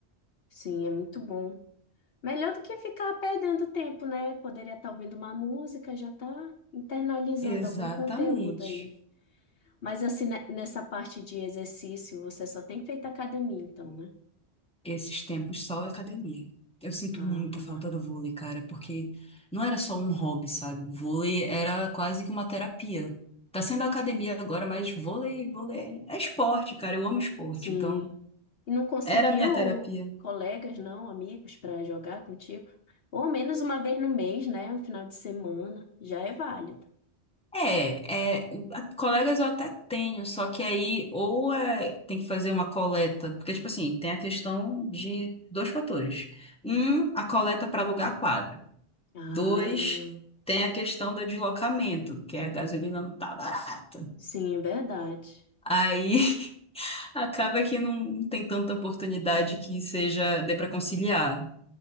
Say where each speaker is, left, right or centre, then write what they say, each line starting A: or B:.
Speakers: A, on the left; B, in the centre.
A: Sim, é muito bom. Melhor do que ficar perdendo tempo, né? Poderia estar ouvindo uma música, já tá internalizando
B: Exatamente.
A: algum conteúdo aí. Mas assim, ne- nessa parte de exercício, você só tem feito academia, então, né?
B: esses tempos só academia. Eu sinto
A: Ah,
B: muita falta do vôlei, cara, porque não era só um hobby, sabe? Vôlei era quase que uma terapia. Tá sendo academia agora, mas vôlei, vôlei é esporte, cara. Eu amo esporte,
A: sim.
B: então
A: E não conseguiu
B: era a minha terapia.
A: colegas, não, amigos, para jogar contigo? Ou ao menos uma vez no mês, né? Um final de semana, já é válido.
B: É, é, a- colegas eu até tenho, só que aí ou é, tem que fazer uma coleta, porque, tipo assim, tem a questão de dois fatores. Um, a coleta para alugar a quadra.
A: Ah,
B: Dois, tem a questão do deslocamento, que a gasolina não tá barata.
A: sim, é verdade.
B: Aí <laughs> acaba que não tem tanta oportunidade que seja dê para conciliar